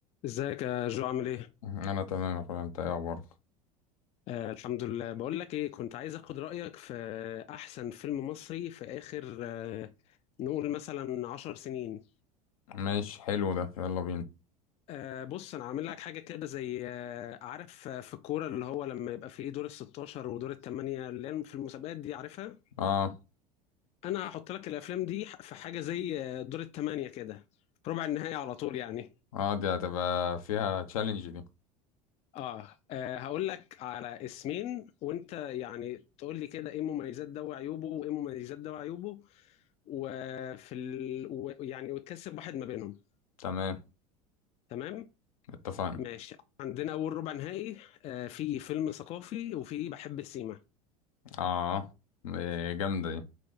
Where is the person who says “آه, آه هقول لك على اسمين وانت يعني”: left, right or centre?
Left